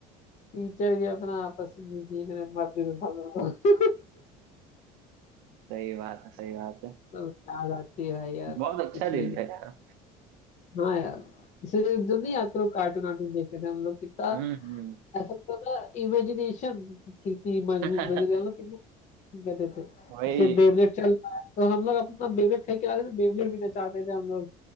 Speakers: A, on the left; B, on the right.
A: टीचर भी अपना आपस में जी कर मरते तो सब लोग
B: सही बात है सही बात है
A: सब याद आती है भाई यार
B: बहुत
A: कुछ
B: अच्छा दिन
A: नहीं बच-
B: था यार
A: हाँ यार इससे जो नहीं आते लोग कार्टून वार्टून देखते थे हम लोग कितना
B: हम्म हम्म
A: ऐसा होता था इमेजिनेशन कितनी
B: <laughs>
A: मजबूत हो गई थी हम लोग कितने कहते थे
B: वही
A: जैसे बेबलेट चल रहा है तो हम लोग अपना बेबलेट फेंक के लाते थे बेबलेट भी नचाते थे हम लोग